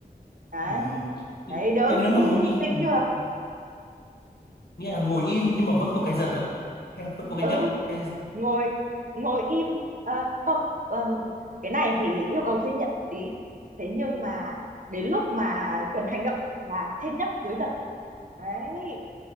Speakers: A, on the right; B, on the left.
A: đấy
B: Ừ. Thế
A: đấy đỡ
B: thế nếu
A: nghĩ
B: mà ngồi
A: linh
B: im
A: tinh
B: thì
A: chưa
B: nghĩa là ngồi im nhưng mà vẫn có cái giật á hay vẫn có cái
A: ừ
B: nhấp hay
A: ngồi ngồi im Ờ, không ờ, cái này thì yêu cầu kiên nhẫn một tí thế nhưng mà đến lúc mà cần hành động là trên nhắc dưới giật đấy